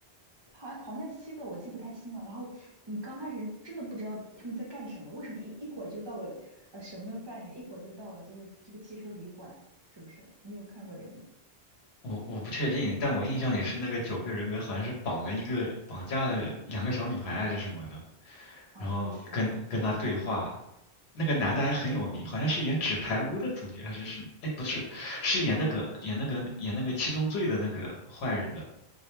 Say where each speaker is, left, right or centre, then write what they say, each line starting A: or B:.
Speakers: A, on the right; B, on the left.
A: 好像好像七个我记不太清了。然后你刚开始是真的不知道他们在干什么，为什么一一会儿就到了呃什么犯人，一会儿就到了这个这个汽车旅馆，是不是？你有看过这个吗？
B: 我我不确定，但我印象里是那个九个人格好像是绑了一个绑架了两个小女孩啊还是什么的，
A: 啊，
B: 然后跟跟他对话。
A: 那不是，那不是
B: 那个男的还很有名，好像是演《纸牌屋》的主角还是什么？哎，不是，是演那个演那个演那个七宗罪的那个坏人的，